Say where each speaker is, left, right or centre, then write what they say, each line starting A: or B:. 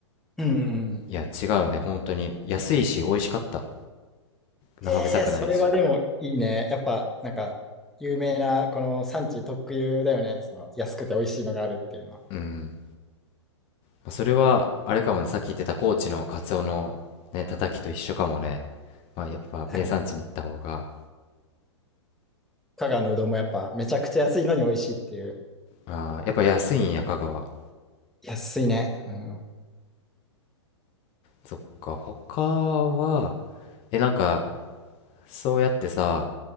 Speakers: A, in the centre; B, on the left (about 35°).
A: うん、うん
B: いや、違うね、本当に。安いし、美味しかった。生臭くないし。
A: ええそれはでもいいね。やっぱ、なんか、有名な、この産地特有だよね。その、安くて美味しいのがあるっていうのは。
B: うん。まあそれは、あれかもね、さっき言ってた高知のカツオのね、たたきと一緒かもね。まあ、やっぱ名産地に行った方が。
A: だよね。香川のうどんもやっぱ、めちゃくちゃ安いのに美味しいっていう。
B: あーやっぱ安いんや、香川。
A: 安いね。うん。
B: そっか、他は、え、なんか、そうやってさ、